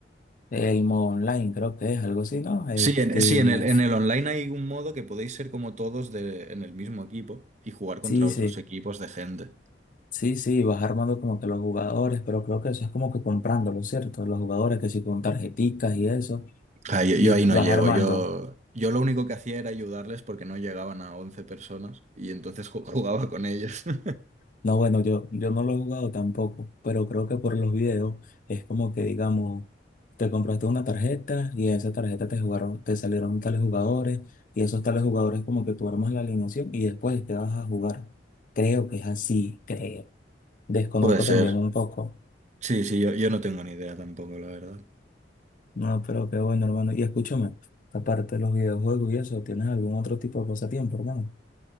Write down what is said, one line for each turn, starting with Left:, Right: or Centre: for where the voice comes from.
Left: el modo online creo que es algo así, ¿no? Este,
Right: Sí, en, sí, en el, en el online hay un modo que podéis ser como todos de- en el mismo equipo y jugar contra
Left: sí,
Right: otros
Left: sí,
Right: equipos de gente.
Left: sí, sí, vas armando como que los jugadores, pero creo que eso es como que comprándolo, ¿cierto? Los jugadores que sí con tarjeticas y eso,
Right: Ah, yo, yo
Left: y
Right: ahí
Left: vas
Right: no llego.
Left: armando.
Right: Yo, yo lo único que hacía era ayudarles porque no llegaban a 11 personas y entonces ju- <laughs> jugaba con ellos. <laughs>
Left: No, bueno, yo, yo no lo he jugado tampoco, pero creo que por los videos es como que, digamos, te compraste una tarjeta y en esa tarjeta te jugaron, te salieron tales jugadores y esos tales jugadores como que tú armas la alineación y después te vas a jugar. Creo que es así, creo. Desconozco
Right: Puede ser.
Left: también un poco.
Right: Sí, sí, yo, yo no tengo ni idea tampoco, la verdad.
Left: No, pero qué bueno, hermano. Y escúchame, aparte de los videojuegos y eso, ¿tienes algún otro tipo de pasatiempo, hermano?